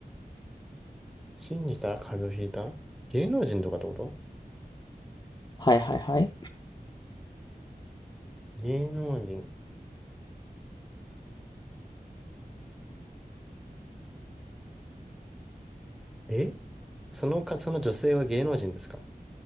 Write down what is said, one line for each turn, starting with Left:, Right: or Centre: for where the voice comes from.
Centre: 信じたら風邪をひいた芸能人とかってこと
Left: はいはいはい。
Centre: 芸能人。えそのか、その女性は芸能人ですか